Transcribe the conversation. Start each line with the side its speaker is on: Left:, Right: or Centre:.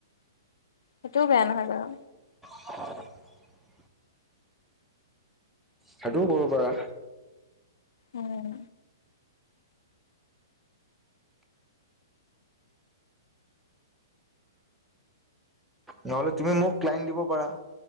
Left: সেইটোও বেয়া নহয় বাৰু।
Centre: <unintelligible> সেইটো কৰিব পৰা।
Left: উম।
Centre: নহলে তুমি মোক ক্লাইণ্ট দিব পাৰা